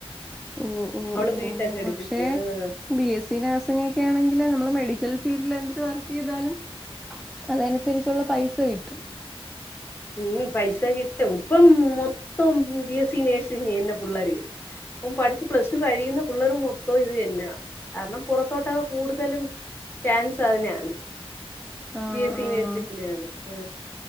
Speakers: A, in the centre; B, on the left.
A: ഓഹ് ഓഹ്
B: അവൾ
A: ഓഹ്
B: ബി
A: ഓഹ്
B: ടെ ക്ക് എടുപ്പിച്ചു
A: പക്ഷേ
B: ആഹ്
A: ബി എസ് സി നഴ്സിങ്ങ ഒക്കെ ആണെങ്കിൽ നമ്മള് മെഡിക്കൽ ഫീൽഡിൽ എന്തിട്ട് വർക്ക് ചെയ്താലും അതനുസരിച്ചുള്ള പൈസ കിട്ടും
B: ഉം പൈസ കിട്ടും ഇപ്പം മൊത്തം ബി എസ് സി നേഴ്സി ചെയ്യന്നെ പിള്ളേർ പ്പ പഠിച്ച് പ്ലസ് ടു കഴിയുന്ന പിള്ളേർ മൊത്തം ഇത് തന്നെയാ കാരണം പുറത്തോട്ട് ഒകെ കൂടുതലും ചാൻസ് അതിനെയാണ്
A: ആഹ്
B: ബി എസ് സി
A: ആഹ്
B: നഴ്സിങ്ങിനെയാണ് ആ